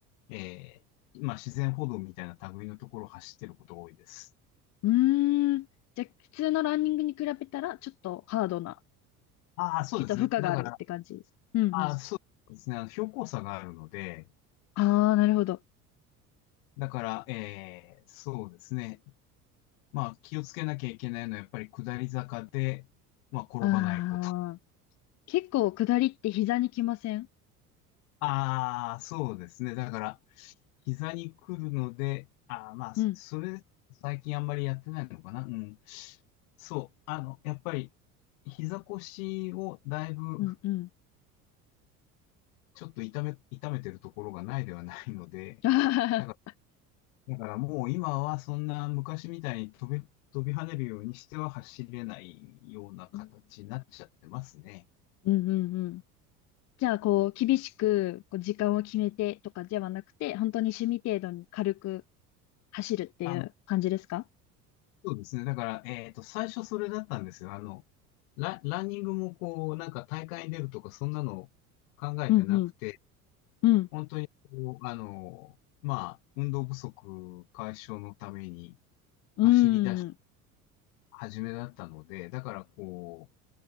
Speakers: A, on the left; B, on the left.
A: ーえーまあ、自然歩道みたいな類のところを走ってることが多いです。
B: うん。うーん。じゃあ、普通のランニングに比べたら、ちょっとハードな、
A: ああ、そうですね。
B: きっと負荷があるって感じです。
A: だから、
B: うんうん。
A: ああ、そうですね。あの標高差があるので、
B: ああ、なるほど。
A: だから、えーそうですね。まあ、気をつけなきゃいけないのは、やっぱり下り坂で、まあ、転ばないこと。
B: ああ、結構下りって膝にきません
A: ああ、そうですね。だから、膝に来るので、ああ、まあ、
B: うん、
A: そそれ、最近あんまりやってないのかな。うん。そう、あの、やっぱり、膝腰をだいぶ、
B: うん、うん。
A: ちょっと痛め、痛めてるところがないではないので、
B: あはは
A: だから、だからもう今はそんな昔みたいに飛び、飛び跳ねるようにしては走れないような形になっちゃってますね。
B: うん、うん、うんうん。じゃあ、こう、厳しく、こう、時間を決めてとかではなくて、本当に趣味程度に軽く走るっていう感じですか
A: あそうですね。だから、えっと、最初それだったんですよ。あの、ラ、ランニングもこう、なんか大会に出るとか、そんなの考えてなくて、
B: うんうんうん
A: 本当にこう、あの、まあ、運動不足解消のために
B: うん
A: 走りだ、始めだったので、だからこ